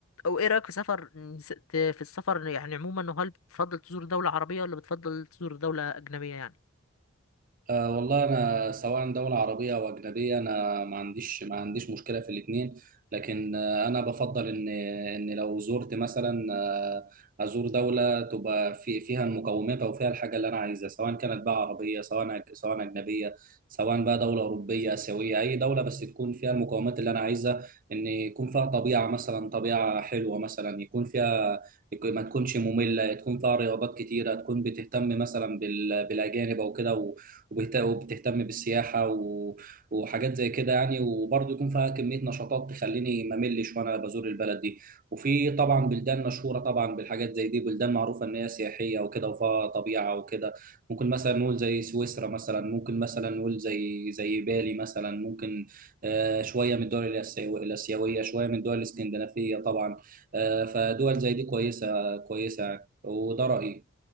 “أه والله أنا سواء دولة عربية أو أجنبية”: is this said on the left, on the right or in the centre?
Right